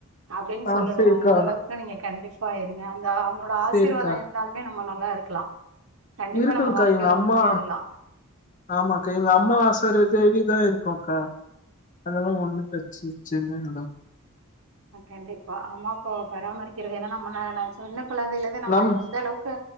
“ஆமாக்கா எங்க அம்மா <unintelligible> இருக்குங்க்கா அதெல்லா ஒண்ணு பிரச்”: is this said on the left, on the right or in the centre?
Left